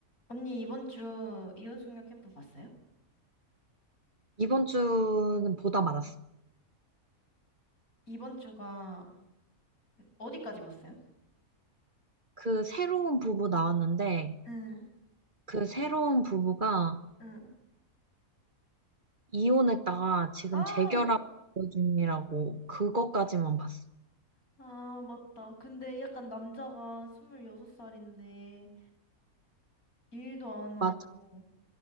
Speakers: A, on the left; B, on the right.
A: 언니, 이번 주 이혼숙녀 캠프 봤어요?
B: 이번 주는 보다 말았어.
A: 이번 주가 어디까지 봤어요?
B: 그 새로운 부부 나왔는데,
A: 응,
B: 그 새로운 부부가
A: 응.
B: 이혼했다가 지금
A: 아,
B: 재결합 중이라고 그것까지만 봤어.
A: 아, 맞다. 근데 약간 남자가 26살인데, 일도 안 하고,
B: 맞아,